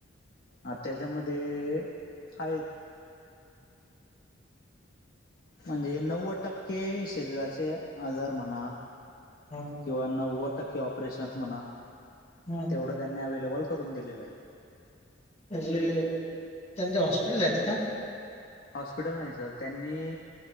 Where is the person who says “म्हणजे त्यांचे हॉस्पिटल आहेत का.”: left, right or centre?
Left